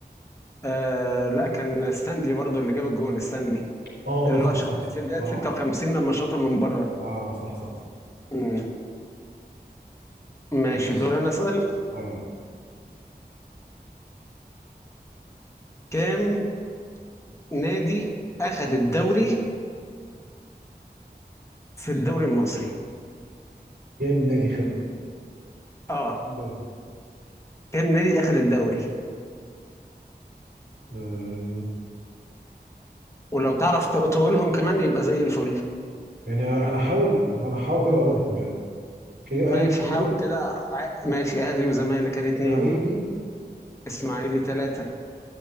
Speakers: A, on the left (about 15°); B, on the right (about 80°).
A: آه لا كان ستانلي برضو اللي جاب الجون ستانلي
B: اه
A: اللي
B: صح
A: هو شكل
B: صح صح
A: دقيقة
B: اه
A: 56 لما شاطها من بره
B: اه صح صح, صح.
A: مم. ماشي
B: ماشي
A: دور انا اسال
B: اه
A: كام نادي اخذ الدوري في الدوري المصري
B: كام نادي خد
A: اه
B: دول؟
A: كام نادي اخذ الدوري
B: آه.
A: ولو تعرف ت- تقولهم كمان يبقى زي الفل
B: يعني انا هحاول انا هحاول كده اقولهم يعني كده
A: ماشي
B: اهلي والزمالك
A: حاول كده ع- ماشي اهلي وزمالك ادي اتنين
B: اسماعيلي
A: اسماعيلي تلاتة